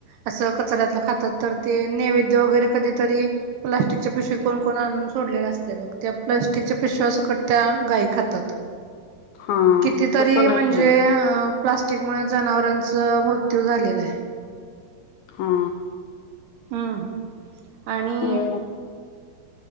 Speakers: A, on the right; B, on the left.
A: असं कचऱ्यातलं खातात तर ते नैवेद्य वगैरे कधीतरी प्लास्टिकच्या पिशवी कोण कोण आण सोडलेला असते बघ त्या प्लास्टिकच्याया पिशव्या सगट गाई खात्यांत.
B: हा.
A: कितीतरी
B: तसं नाही
A: म्हणजे
B: का
A: प्लास्टिक मुळे जनावरांचा मृत्यू झालेला आहे.
B: हा.
A: हम्म आणि
B: हो